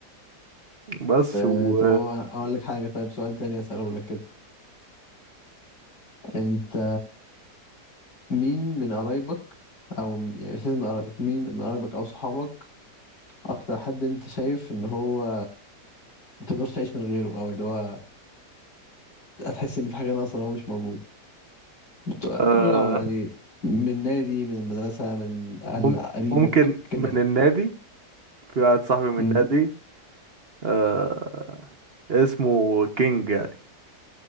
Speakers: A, on the right (about 40°); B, on the left (about 85°).
A: بس
B: أه
A: و
B: طب هو أقول لك حاجة طيب سؤال تاني أسأله لك كده أنت مين من قرايبك أو م- يعني مش لازم من قرايبك مين من قرايبك أو صحابك أكتر حد أنت شايف إن هو متقدرش تعيش من غيره أو اللي هو هتحس إن في حاجة ناقصة لو هو مش موجود بت- قول
A: قول
B: على- يعني من نادي من المدرسة من أهل
A: مم-
B: قريبك
A: ممكن
B: كده
A: من
B: يعني
A: النادي في واحد صاحبي من
B: مم.
A: النادي آه اسمه كينج يعني